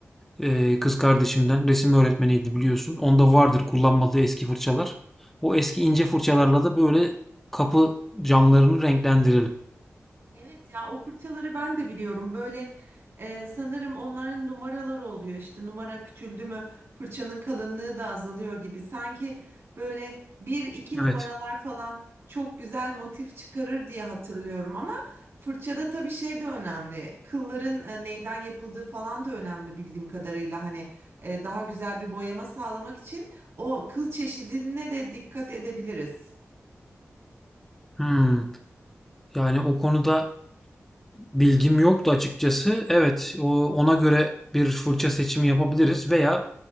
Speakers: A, in the centre; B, on the right.
A: Ee, kız kardeşimden resim öğretmeniydi biliyorsun. Onda vardır kullanmadığı eski fırçalar. O eski ince fırçalarla da böyle kapı camlarını renklendirelim.
B: Evet ya o fırçaları ben de biliyorum. Böyle e, sanırım onların numaraları oluyor. İşte numara küçüldü mü fırçanın kalınlığı da azalıyor gibi. Sanki böyle bir iki numaralar
A: Evet.
B: falan çok güzel motif çıkarır diye hatırlıyorum. Ama fırçada tabii şey de önemli. Kılların e, neyden yapıldığı falan da önemli bildiğim kadarıyla. Hani e, daha güzel bir boyama sağlamak için o kıl çeşidine de dikkat edebiliriz.
A: Hmm. Yani o konuda Bilgim yoktu açıkçası. Evet, o- ona göre bir fırça seçimi yapabiliriz veya